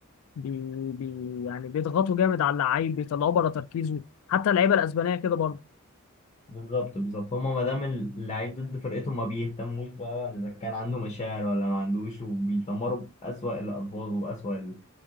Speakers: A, on the left; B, on the left.
A: بي بي يعني بيضغطوا جامد على اللعيب بيطلعوه بره تركيزه حتى اللعيبه الاسبانيه كده برضه
B: بالظبط بالظبط هما ما دام اللعيب ضد فرقتهم ما بيهتموش بقى إذا كان عنده مشاعر ولا ما عندوش وبيتمروا بأسوأ الألفاظ وبأسوأ ال-